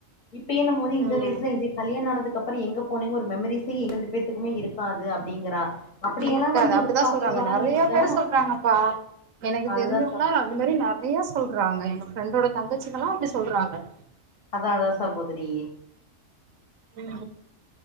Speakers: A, on the left; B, on the right.
A: இப்பயே நம்ம வந்து இந்த
B: ம்
A: வயசுல என்ஜாய் கல்யாண ஆனதுக்கப்புற எங்க போனிங் ஒரு மெமரீஸே இரண்டு பேத்துக்குமே இருக்காது அப்டிங்கிறா அப்படியெல்லா
B: இருக்காது
A: வந்து
B: அப்டிதா
A: எதிர்பார்க்கறவளா
B: சொல்றாங்க நெறயா‌பேரு
A: இருந்தா
B: சொல்றாங்கப்பா எனக்கு
A: அதுதா
B: தெருஞ்சவுங்ளா
A: ச
B: இது மாரி நெறயா சொல்றாங்க எங்க ஃப்ரெண்டோட தங்கச்சிகல்லா அப்டி சொல்றாங்க
A: அதா அதா சகோதரி
B: ம்